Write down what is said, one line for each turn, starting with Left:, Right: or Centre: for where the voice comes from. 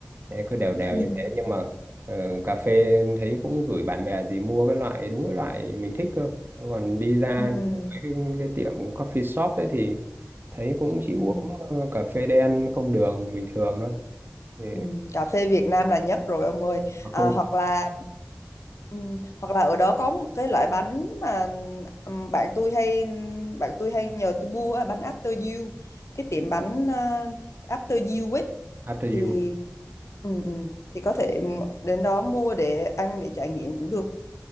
Right: thế cứ đều đều
Left: ừ
Right: như thế nhưng mà ừ, cà phê thấy cũng gửi bạn bè gì mua cái loại đúng cái loại mình thích cơ còn đi ra
Left: ừ
Right: cái, cái tiệm coffee shop ấy thì thấy cũng chỉ
Left: ừ
Right: uống ừ, cà phê đen không đường bình thường thôi thì,
Left: Ừ, cà phê Việt Nam là nhất rồi ông ơi à,
Right: không
Left: hoặc là ừ, hoặc là ở đó có một cái loại bánh mà ừm, bạn tôi hay bạn tôi hay nhờ tôi mua á, bánh After You cái tiệm bánh à, After You ấy
Right: after
Left: thì
Right: you
Left: ừ, ừ, thì có thể đến đó mua để ăn để trải nghiệm cũng được